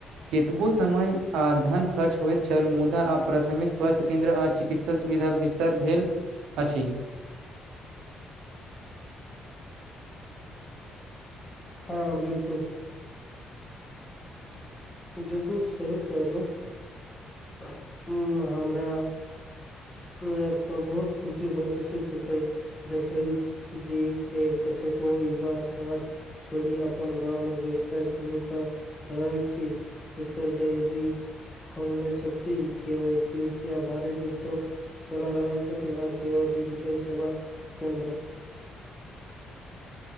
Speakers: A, on the right (about 85°); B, on the left (about 25°).
A: केतबो समय आ धन खर्च होइत छल मुदा आ प्राथमिक स्वास्थ्य केन्द्र आ चिकित सा सुविधा केँ विस्तार भेल अछि
B: हँ बिलकुल बिल्कुल सही कहलहुँ उ हमरा मे एतय बहुत खुशी होइत अछी जतैय देखए जे ऐ कतेको युवा शहर छोरी अपन गाँवमे व्यवसाय शुरू कऽ रहल छी एकर डेरी खोलने छथि के ओ कृषि आधारित उद्योग चला रहल छथि आ केओ डिजिटल सेवा केन्द्र